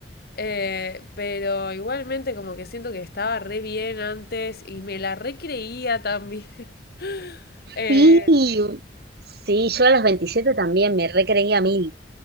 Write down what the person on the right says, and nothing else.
Sí, sí, yo a los 27 también me recreía mil.